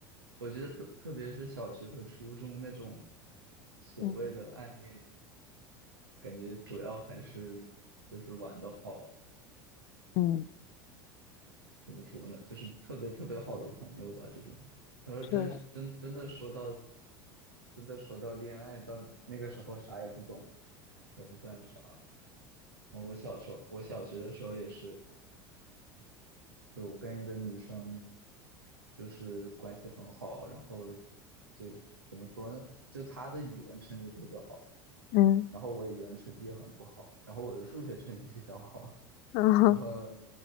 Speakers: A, on the right (about 85°); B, on the left (about 55°).
A: 我觉得特特别是小学和初中那种所谓的暗恋，
B: 嗯
A: 感觉主要还是就是玩的好，
B: 嗯
A: 怎么说呢，就是特别特别好的朋友吧，这种。然后真真真的说到，
B: 是，
A: 真的说到恋爱，到那个时候啥也不懂，也不算啥。我小时候，我小学的时候也是。就我跟一个女生就是关系很好，然后就怎么说呢？就她的语文成绩特别好，
B: 嗯
A: 然后我语文成绩也很不好，然后我的数学成绩比较好，<laughs>
B: 嗯
A: 然后